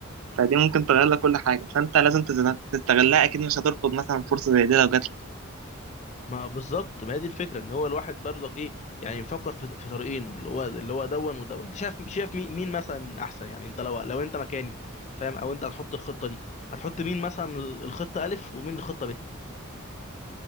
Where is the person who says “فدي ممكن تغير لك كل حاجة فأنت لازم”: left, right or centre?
Right